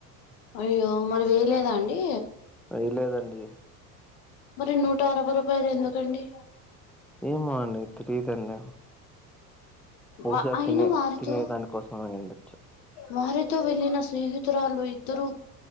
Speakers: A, on the left; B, in the centre.
A: అయ్యో మరి వేయలేదా అండి
B: వెయ్య లేదండి
A: మరి నూట అరవై రూపాయలు ఎందుకండి
B: ఏమో అండి తెలియదండీ బహుశా
A: వా అయిన
B: తినే
A: వారితో
B: తినేదాని కోసమె అయి ఉండచ్చు
A: వారితో వెళ్ళిన స్నేహితురాలు ఇద్దరు